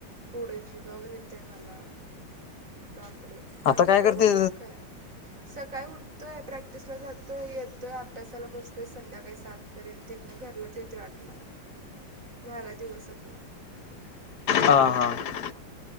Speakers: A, on the right (about 40°); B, on the left (about 55°).
A: एवढं जीवावर येते मला बापरे
B: आता
A: आणि
B: काय
A: दुसर
B: करते
A: तु श काय सकाळी उठतो आहे प्रॅक्टिसला जातो आहे येतो आहे अभ्यासाला बसतो आहे संध्याकाळी सात पर्यंत तिथन घरलाच येतो आटला झाला दिवस संपला
B: हां हां